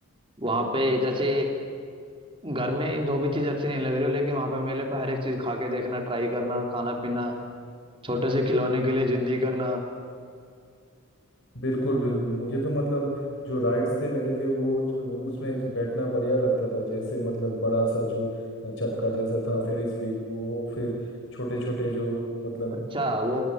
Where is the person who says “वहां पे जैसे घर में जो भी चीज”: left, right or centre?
Right